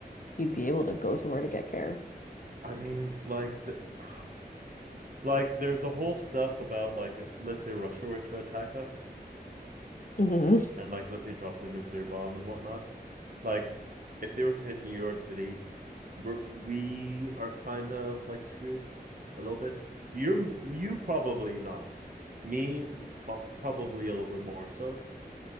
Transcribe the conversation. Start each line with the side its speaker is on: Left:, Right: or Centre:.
Left: you'd be able to go somewhere to get care.
Right: I mean, it's like, d- <sighs> Like, there's a whole stuff about like, uh, let's say Russia were to attack us,
Left: hmm
Right: and like, let's say drop a nuclear bomb and whatnot. Like, if they were to hit New York City, we're, we are kind of like screwed a little bit. You're you probably not. Me, po- probably a little bit more so.